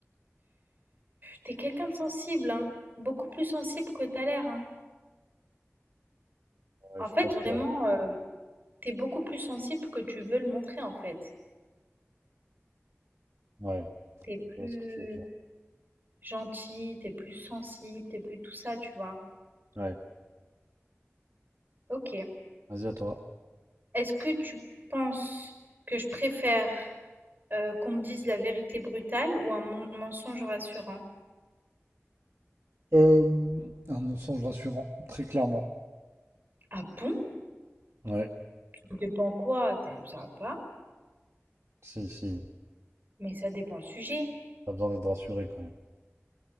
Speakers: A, on the right (about 40°); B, on the right (about 70°).
A: T'es quelqu'un de sensible, hein, beaucoup plus sensible que t'as l'air, hein.
B: Ouais,
A: En
B: je
A: fait,
B: pense
A: vraiment,
B: que.
A: heu, tu beaucoup plus sensible que tu veux le montrer, en fait.
B: Ouais,
A: T'es plus
B: je vois ce que tu veux dire.
A: gentil, t'es plus sensible, t'es plus tout ça, tu vois?
B: Ouais,
A: OK.
B: vas-y à toi.
A: Est-ce que tu penses que je préfère, heu, qu'on me dise la vérité brutale ou un mon mensonge rassurant?
B: Euh, un mensonge rassurant, très clairement.
A: Ah bon?
B: Ouais,
A: Ça dépend quoi? Tu ça va pas,
B: si, si.
A: mais ça dépend le sujet.
B: T'as besoin d'être rassuré quand même.